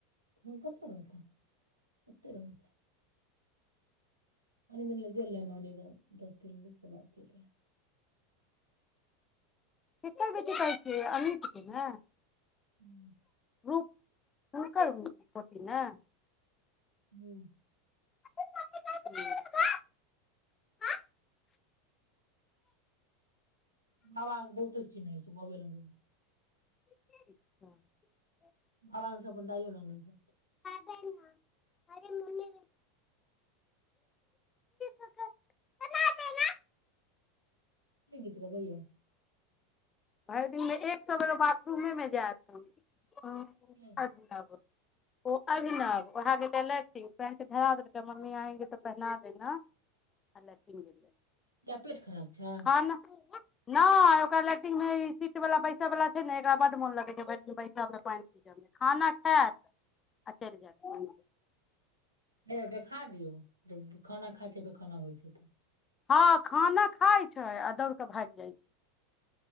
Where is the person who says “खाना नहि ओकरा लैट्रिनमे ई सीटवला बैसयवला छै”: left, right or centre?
Left